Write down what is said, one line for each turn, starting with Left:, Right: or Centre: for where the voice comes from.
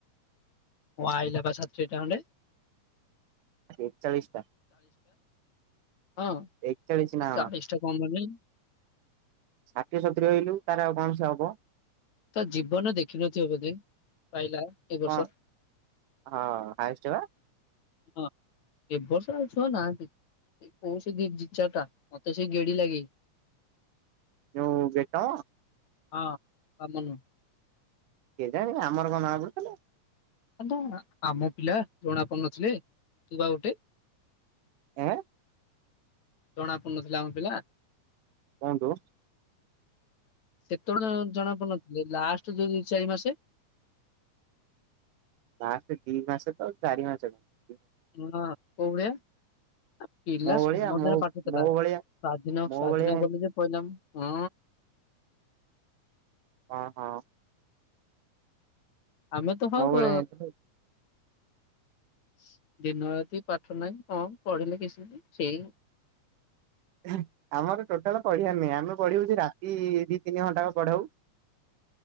Left: ଓ ଆଇଲା ବା ଛାତ୍ରୀ ଏଟା ହଣ୍ଡେ
Right: ଏକଚାଳିଶ ଟା।
Left: ହଁ
Right: ଏକଚାଳିଶ ନାଅ
Left: ଚାଳିଶଟା କମନି
Right: ଷାଠିଏ ସତୁରି ରହିଲୁ ତାର ଆଉ କଣ? ଯଅବ
Left: ତା ଜୀବନ ଦେଖିନଥିବ ବୋଧେ ପାଇଲା ଏ ବର୍ଷ
Right: କଣ
Left: <inaudible>
Right: ହଁ ହାଏଷ୍ଟ ବା
Left: ହଁ ଏଭର୍ଷଉ ଛୁଆ ନାହାନ୍ତି କୋଉ ସେଇ ଦି ଦିଚାରି ଟା ମତେ ସେ ଗେଡି ଲାଗେ
Right: ଜୋଉ ବେଟା
Left: ଅ କମନ୍
Right: କେଜାଣେ ଆମର କଣ ଜଣାପୁଥିଲା
Left: ମା ଆମ ପିଲା ଜଣା ପଡନଥୁଲେ ତୁ ବା ଗୋଟେ
Right: ୟା
Left: ଜଣା ପୁନଥିଲା ଆମ ପିଲା
Right: କୁହନ୍ତୁ
Left: ସେତ <inaudible> ଜଣା ପନୁଥିଲେ ଲାଷ୍ ତୁ ଦୁଇ ଚାରି ମାସେ
Right: ମାସେ ଦି ମାସେ ତ ଚାରି ମାସେ କ
Left: ଉହଁ କୋଉଭଳିଆ। ଆପିଲା
Right: ମୋ
Left: ସମତିଙ୍କର
Right: ଭଳିଆ ମୋ
Left: ପାଠଥିଲା।
Right: ମୋ
Left: ସ୍ଵାଧୀନ
Right: ଭଳିଆ ମୋ
Left: ସ୍ଵାଧୀନ
Right: ଭଳିଆ
Left: କଲେଜ୍ ପଳେଇଲା ଉଁ।
Right: ହଁ ହଁ।
Left: ଆମେ ତ ହବ।
Right: ମୋ ଭଳିଆ ହେଇଥିଲେ
Left: <inaudible> ଦିନରାତି ପାଠ ନାହିଁ। କଣ ପଢିଲେ କିଛି ବି ସେଇ।
Right: <unintelligible> ଆମର ଟୋଟାଲ ପଢିବା ନୁହେଁ। ଆମେ ପଢିବୁ ସେଇ ରାତି ଦି ତିନି ଘଣ୍ଟା ପଢୋଉ।